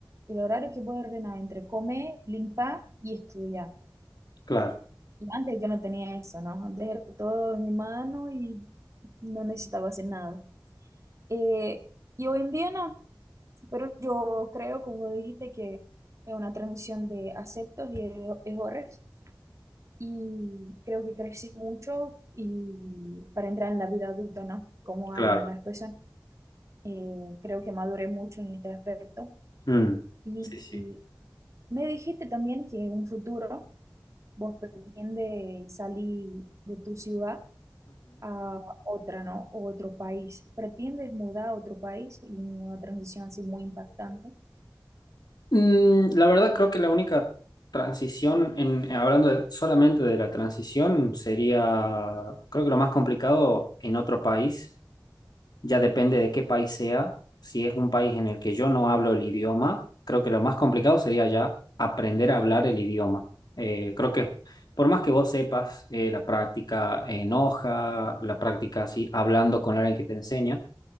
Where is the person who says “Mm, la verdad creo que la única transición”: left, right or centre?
Left